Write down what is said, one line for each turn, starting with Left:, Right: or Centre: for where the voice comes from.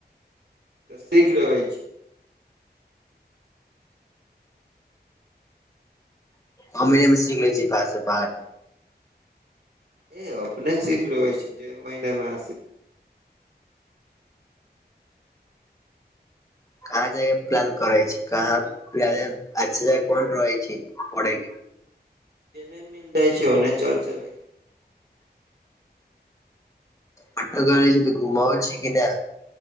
Right: सीख लेबै।
Left: हमरे में सीख ले छी भाषा बाहर-
Right: इ अपने सीख लेबै छी, क महिनेमे।
Left: कहाँ जायके प्लान करै छी? कहां <unintelligible> पढय के?
Right: <unintelligible> कहय छै, ओन्ने चल जैब।
Left: पटक रहै छी तऽ, घुमाउ छी कि नय?